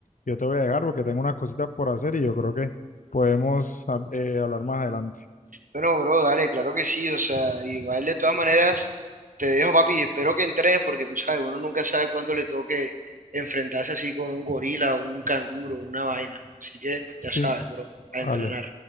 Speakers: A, on the left; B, on the right.
A: Yo te voy a dejar porque tengo unas cositas por hacer y yo creo que podemos ah, eh, hablar más adelante.
B: Bueno, bro, dale, claro que sí, o sea, igual de todas maneras, te dejo, papi, espero que entrenes porque tú sabes, uno nunca sabe cuándo le toque enfrentarse así con un gorila, un canguro, una vaina. Así que
A: Sí,
B: ya sabes, bro, a
A: vale.
B: entrenar.